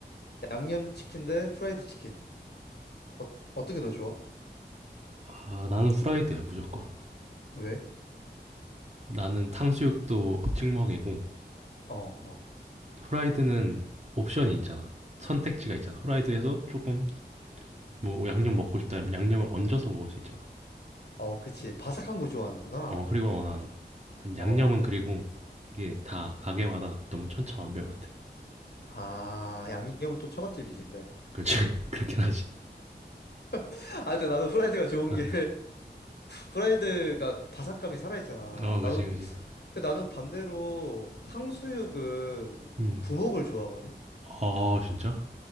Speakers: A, on the left; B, on the right.
A: 양념치킨 대 후라이드 치킨. 어, 어떤 게 더 좋아?
B: 아, 나는 후라이드야, 무조건.
A: 왜?
B: 나는 탕수육도 찍먹이고,
A: 어, 어.
B: 후라이드는 옵션이 있잖아. 선택지가 있잖아. 후라이드에서 조금, 뭐, 양념 먹고 싶다 이러면 양념을 얹어서 먹을 수 있잖아.
A: 어, 그치. 바삭한 거 좋아하는구나.
B: 어, 그리고 어, 난, 난 양념은
A: 어.
B: 그리고 이게 다 가게마다 너무 천차만별 같아.
A: 아, 양념은 또 처갓집이지, 근데.
B: 그렇지. <laughs> 그렇긴 하지.
A: <laughs> 아, 근데 나도 후라이드가 좋은
B: 어,
A: 게 프라이드가 바삭함이 살아있잖아.
B: 어 그렇지,
A: 나도
B: 그렇지.
A: 근데 나는 반대로 탕수육은
B: 음.
A: 부먹을 좋아하거든.
B: 아, 진짜?